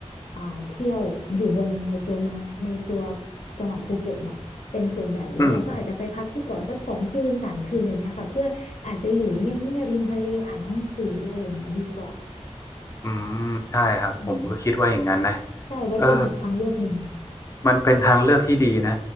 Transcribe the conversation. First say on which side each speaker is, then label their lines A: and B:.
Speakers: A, on the left; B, on the left.
A: อ่าเที่ยวอยู่บนในตัวเมืองในตัวจังหวัดภูเก็ตเนี่ยเป็นส่วนใหญ่แล้วเราก็อาจจะไปพักที่เกาะสักสองคืนสามคืนอะไรเงี้ยค่ะเพื่ออาจจะอยู่เงียบๆริมทะเลอ่านหนังสืออะไรอย่างเงี้ยดีกว่า
B: อืมอืม ใช่ครับ
A: อืม
B: ผมก็คิดว่าอย่างนั้นนะ
A: ใช่ไว้เป็นอีกทางเลือกหนึ่ง
B: เออมันเป็นทางเลือกที่ดีนะ